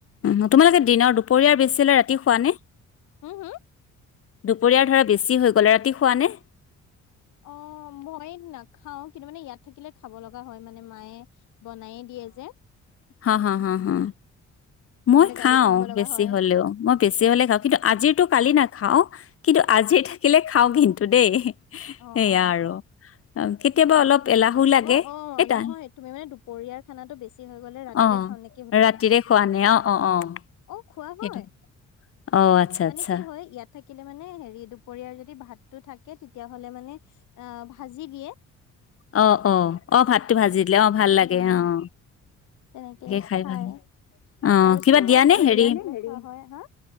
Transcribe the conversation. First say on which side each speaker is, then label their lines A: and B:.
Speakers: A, on the left; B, on the left.
A: উ' তোমালোকে দিনৰ, দুপৰীয়াৰ বেছি ৰাতি খুৱা নে?
B: হা হা?
A: দুপৰীয়াৰ ধৰা বেছি হৈ গল ৰাতি খোৱা নে?
B: অ' মই নাখাও কিন্তু মানে ইয়াত থাকিলে খাব লগা হয় মানে মায়ে বনায়ে দিয়ে যে
A: হা-হা-হা-হা।
B: নহলে
A: মই
B: গালি
A: খাও
B: শুনিব লগা
A: বেছি
B: হয়
A: হলেও, মই বেছি হলে খাওঁ কিন্তু আজিৰো কালি না খাওঁ, কিন্তু আজি থাকিলে খাওঁ কিন্তু দেই,
B: অ
A: সেয়া
B: অ
A: আৰু। অ' কেতিয়াবা অলপ এলাহো লাগে
B: অ', অ',
A: এই তা
B: নহয় তুমি মানে দুপৰ ৰিয়াৰ খানাটো বেছি হৈ গলে ৰাতিলে
A: অ',
B: খাওঁ নেকি সুধিছা,
A: ৰাতিৰে খোৱা নাই অ', অ', অ',
B: অ'। খোৱা
A: সেইটো
B: হয়,
A: অ', আচ্ছা
B: মানে
A: আচ্ছা।
B: কি হয় ইয়াত থাকিলে মানে হেৰি দুপৰীয়াৰ যদি ভাতটো থাকে, তেতিয়া হলে মানে অ' ভাজি দিয়ে।
A: অ'-অ', অ', ভাতটো ভাজি দিলে অ' ভাল লাগে
B: উম
A: অ'।
B: তেনেকে
A: খাই
B: খায়
A: ভাল লাগে। অ',
B: তাৰপিছত
A: কিবা দিয়া
B: আকৌ
A: নে হেৰি
B: হয়, <unintelligible> হা।